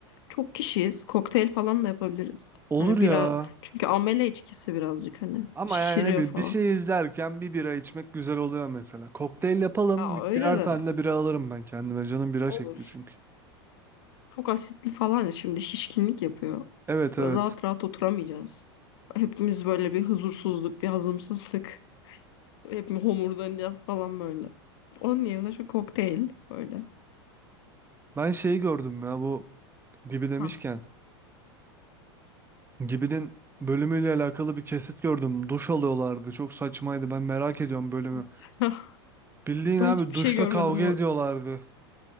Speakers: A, on the left; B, on the right.
A: çok kişiyiz. Kokteyl falan da yapabiliriz.
B: Olur
A: Hani
B: ya.
A: bira çünkü amele içkisi birazcık hani
B: Ama
A: şişiriyor
B: yani ne bileyim
A: falan.
B: bir şey izlerken bir bira içmek güzel oluyor mesela. Kokteyl yapalım.
A: Ya
B: bir-
A: öyle
B: Birer
A: de
B: tane de bira alırım ben kendime. Canım bira
A: olur.
B: çekti çünkü.
A: Çok asitli falan ya şimdi şişkinlik yapıyor.
B: Evet
A: Böyle
B: evet.
A: rahat rahat oturamayacağız. Hepimiz böyle bir huzursuzluk, bir hazımsızlık. Hepimiz homurdanacağız falan böyle. Onun yerine şu kokteyl böyle.
B: Ben şeyi gördüm ya bu Gibi demişken.
A: Ha.
B: Gibi'nin bölümüyle alakalı bir kesit gördüm. Duş alıyorlardı. Çok saçmaydı. Ben merak ediyorum bölümü.
A: Nasıl? <laughs>
B: Bildiğin
A: Ben
B: abi
A: hiçbir
B: duşta
A: şey görmedim
B: kavga
A: o.
B: ediyorlardı.